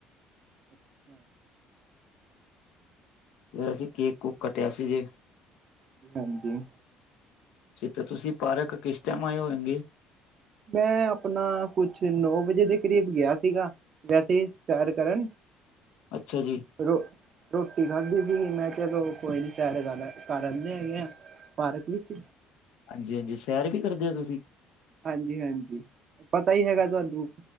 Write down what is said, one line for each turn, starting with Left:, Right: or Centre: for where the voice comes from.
Right: ਅੱਛਾ।
Left: ਫ ਅਸੀਂ ਕੇਕ ਕੂਕ ਕੱਟਿਆ
Right: ਅ,
Left: ਸੀ ਜੇ
Right: ਹਾਂਜੀ-ਹਾਂਜੀ।
Left: ਫੇ ਤੇ ਤੁਸੀਂ ਪਾਰਕ ਕਿਸ ਟੇਮ ਆਏ ਹੋਏਗੇ?
Right: ਮੈਂ ਅਪਨਾ ਕੁਛ ਨੌ ਵਜੇ ਦੇ ਕਰੀਬ ਗਿਆ ਸੀਗਾ। ਵੈਸੇ ਈ ਸੇਰ ਕਰਨ।
Left: ਅੱਛਾ ਜੀ।
Right: ਰੋ ਰੋਟੀ ਖਾਧੀ ਸੀਗੀ ਮੈਂ ਕਯਾ ਚਲੋ ਕੋਈ ਨੀ ਸੇਰ ਕਰ, ਕਰ ਆਨੇ ਹੈਗੇ ਆ। ਪਾਰਕ ਵਿੱਚ।
Left: ਹਾਂਜੀ-ਹਾਂਜੀ ਸੈਰ ਵੀ ਕਰਦੇ ਔ ਤੁਸੀਂ?
Right: ਹਾਂਜੀ-ਹਾਂਜੀ ਪਤਾ ਹੀ ਹੈਗਾ ਤੁਹਾਨੂੰ